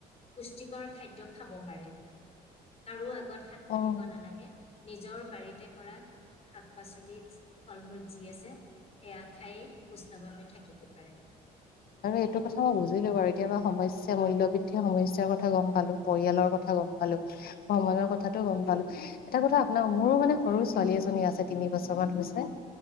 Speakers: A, on the left; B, on the left.
A: পুষ্টিকৰ খাদ্যয় খাব পাৰে তাৰো আগত <inaudible>
B: অ
A: নালাগে নিজৰ বাৰীতে শাক পাচলি ফল মূল যি আছে সেয়া খায়েই সুস্থভাৱে থাকিব পাৰে
B: আৰু এইটো কথা মই বুজিলো বাৰু এতিয়াবা সমস্যা মূল্য় বৃদ্ধিৰ সমস্যাৰ কথা গম পালো পৰিয়ালৰ কথা গম পালো ভগৱান কথাটো গম পালো এটা কথা আপোনাৰ মোৰো মানে সৰু ছোৱালী এজনী আছে তিনি বছৰ মান হৈছে